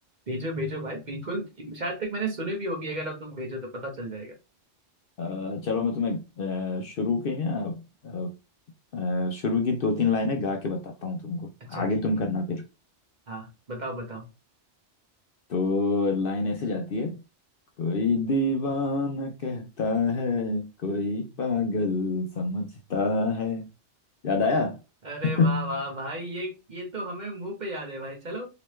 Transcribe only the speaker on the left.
अ, चलो मैं तुम्हें अ, शुरू की ना अ, अ, शुरू की दो तीन लाइनें गा के बताता हूँ तुमको
आगे
तुम
करना फिर
तो लाइन ऐसे जाती है कोई दीवाना कहता है कोई पागल समझता है याद आया
<laughs>